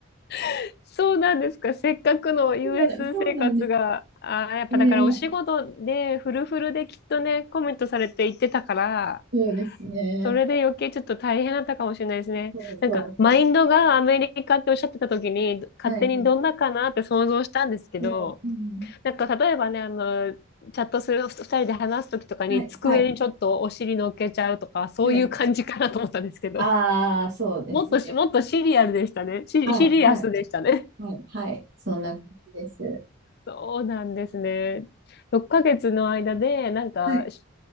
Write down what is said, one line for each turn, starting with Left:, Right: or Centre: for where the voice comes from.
Left: <laughs> そうなんですか。せっかくの US
Right: そうだ、そうなんです
Left: 生活が、あー、やっぱだからお仕事でフルフルできっとね、
Right: ね。
Left: コメントされて行ってたから、
Right: そうですね。
Left: それで余計ちょっと大変だったかもしれないですね。
Right: そうそうそう。
Left: なんか、マインドがアメリカっておっしゃってた時に、勝手にどんなかなって想像したんですけど、
Right: はいはい。うんうん、
Left: なんか例えばね、あの、チャットする2人で話す時とかに机にちょっとお尻乗っけちゃうとか、
Right: はいはい
Left: そういう感じかなと思ったんですけど。
Right: はいはい。ああ、そうですね。
Left: もっとし、もっとシリアルでしたね。シ、
Right: はいはい
Left: シリアスでしたね。
Right: はいはい。そんな感じです。
Left: <laughs> そうなんですね。6ヶ月の間で、なんか、
Right: はい。
Left: し